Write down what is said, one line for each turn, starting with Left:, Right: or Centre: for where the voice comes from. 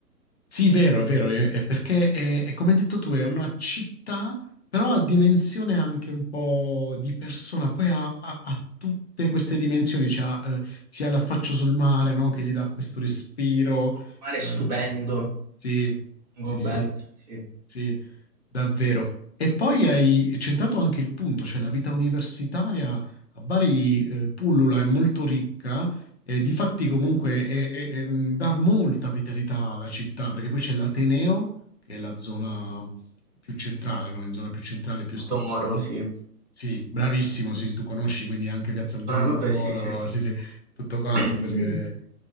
Left: Sì, vero, è vero, è, è perché è, è come hai detto tu, è una città, però ha dimensione anche un po' di persona, poi ha, ha- ha tutte queste dimensioni, c'ha, eh, sia l'affaccio sul mare, no, che gli dà questo respiro,
Right: Il mare è
Left: eh,
Right: stupendo,
Left: sì, sì,
Right: molto bello,
Left: sì,
Right: sì. sì.
Left: sì, davvero. E poi hai centrato anche il punto, cioè la vita universitaria a Bari, eh, pullula, è molto ricca, eh, difatti comunque è- è- è- mh, dà molta vitalità alla città, perché poi c'è l'Ateneo, che è la zona più centrale, no? In zona più centrale, più
Right: Molto
Left: stazione.
Right: moro, sì.
Left: Sì, bravissimo, sì, sì, tu conosci, quindi anche Piazza del Domoro,
Right: Ah, vabbè, sì, sì.
Left: sì, sì, tutto quanto,
Right: <clears throat>
Left: perché...